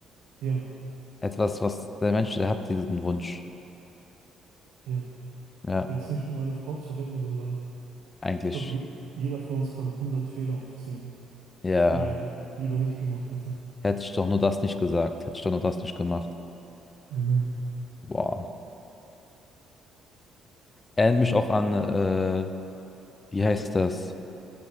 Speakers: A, on the right; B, on the left.
A: Ja,
B: Etwas, was der Mensch, der hat diesen Wunsch.
A: ja.
B: Ja,
A: Jetzt nicht um eine Frau zu retten, sondern
B: eigentlich.
A: ich glaube, je, jeder von uns kann hundert Fehler aufzählen,
B: Ja,
A: die er lieber nicht gemacht hätte.
B: hätte ich doch nur das nicht gesagt. Hätte ich doch nur das nicht gemacht.
A: Genau.
B: Boah. Erinnert mich auch an, äh, wie heißt das?